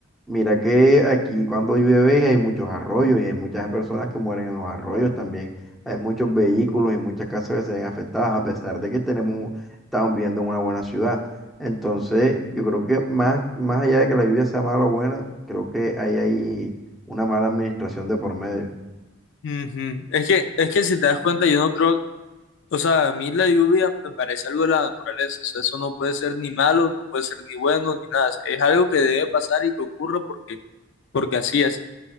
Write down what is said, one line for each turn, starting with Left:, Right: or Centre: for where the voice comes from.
Centre: Mira que aquí cuando llueve hay muchos arroyos y hay muchas personas que mueren en los arroyos también. Hay muchos vehículos y muchas casas que se ven afectadas a pesar de que tenemos, estamos viviendo en una buena ciudad. Entonces, yo creo que más, más allá de que la lluvia sea mala o buena, creo que ahí hay una mala administración de por medio.
Left: Ujú. Es que, es que si te das cuenta, yo no creo, O sea, a mí la lluvia me parece algo de la naturaleza, o sea, eso no puede ser ni malo, no puede ser ni bueno, ni nada, es algo que debe pasar y que ocurra porque, porque así es.